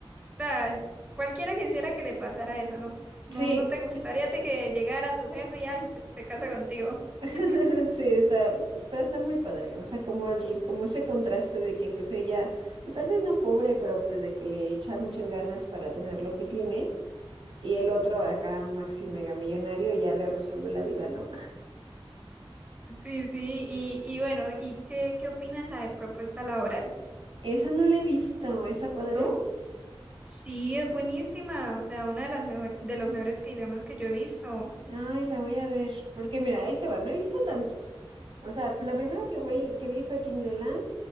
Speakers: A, on the right (about 15°); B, on the right (about 65°).
A: sea, cualquiera quisiera que le pasara eso, ¿no? No,
B: Sí,
A: no te gustaría a ti que llegara tu jefe y ay, te- se casa contigo.
B: <laughs>
A: <laughs>
B: Sí, está, está, está muy padre. O sea, como el, como ese contraste de que pues ella, pues tal vez no pobre, pero pues de que le echa muchas ganas para tener lo que tiene. Y el otro acá, maxi mega millonario, ya le resuelve la vida, ¿no?
A: Sí, sí, y, y bueno, ¿y qué, qué opinas la de propuesta laboral?
B: <laughs> Esa no la he visto. ¿Está padre?
A: ¿No? Sí, es buenísima, o sea, una de las mejor, de los mejores que digamos que yo he visto.
B: Ay, la voy a ver. Porque mira, ahí te va. No he visto tantos. O sea, la primera que voy, que vi fue King the Land.